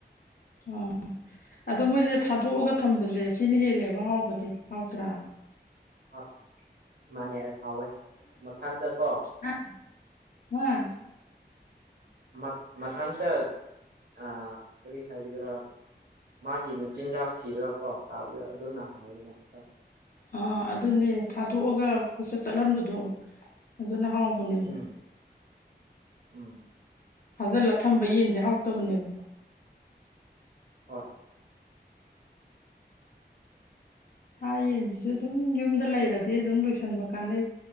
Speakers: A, on the left; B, on the right.
A: ꯑꯣ ꯑꯗꯣ ꯃꯣꯏꯁꯦ ꯊꯥꯗꯣꯛꯑꯒ ꯊꯝꯕꯖꯦ ꯁꯤꯅ ꯍꯦꯜꯂꯦꯕ ꯍꯥꯎꯕꯗꯤ ꯍꯥꯎꯇ꯭ꯔꯥ
B: ꯍꯣꯏ ꯃꯥꯅꯦ ꯍꯥꯎꯋꯦ ꯃꯊꯟꯗ ꯀꯣ
A: ꯑ ꯍꯥ
B: ꯃ-ꯃꯊꯟꯇ ꯑꯥ ꯀꯔꯤ ꯍꯥꯏꯒꯗ꯭ꯔꯥ ꯃꯥꯒꯤ ꯃꯆꯤꯟꯖꯥꯛ ꯊꯤꯔꯒ ꯀꯣ ꯆꯥꯕꯗꯣ ꯑꯗꯨꯅ ꯍꯥꯎꯋꯦꯕ ꯍꯣꯏ
A: ꯑꯥ ꯑꯗꯨꯅꯦ ꯊꯥꯗꯣꯛꯑꯒ ꯀꯣꯏꯆꯠ ꯆꯠꯂꯟꯕꯗꯣ ꯑꯗꯨꯅ ꯍꯥꯎꯕꯅꯦꯕ
B: ꯎꯝ ꯎꯝ
A: ꯐꯥꯖꯤꯜꯂ ꯊꯝꯕ ꯌꯦꯟꯗꯤ ꯍꯥꯎꯇꯕꯅꯦꯕ
B: ꯍꯣꯏ
A: ꯁꯥ ꯌꯦꯟꯁꯤꯁꯨ ꯑꯗꯨꯝ ꯌꯨꯝꯗ ꯂꯩꯔꯗꯤ ꯑꯗꯨꯝ ꯂꯣꯏꯁꯟꯕ ꯀꯥꯟꯅꯩ